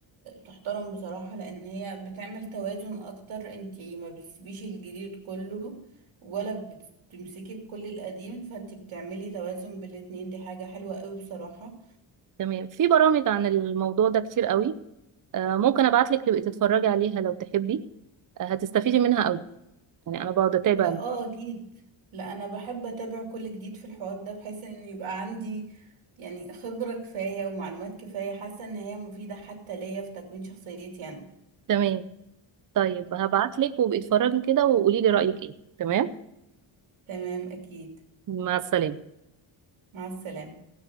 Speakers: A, on the right; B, on the right.
A: تحترم بصراحة لأن هي بتعمل توازن أكتر انتي ما بتسيبيش الجديد كله ولا بتمسكي بكل القديم فانتي بتعملي توازن بالاتنين دي حاجة حلوة قوي بصراحة
B: تمام في برامج عن الموضوع ده كتير قوي آه ممكن ابعت لك تبقي تتفرجي عليها لو تحبي آه هتستفيدي منها قوي يعني انا بقعد اتابع
A: اه آه، أكيد لا أنا بحب أتابع كل جديد في الحوار ده بحيث إن يبقى عندي يعني خبرة كفاية ومعلومات كفاية حاسة إن هي مفيدة حتى ليا في تكوين شخصيتي أنا
B: تمام طيب هبعت لك وابقي اتفرجي كده وقولي لي رايك ايه تمام
A: تمام أكيد
B: مع السلامه
A: مع السلامة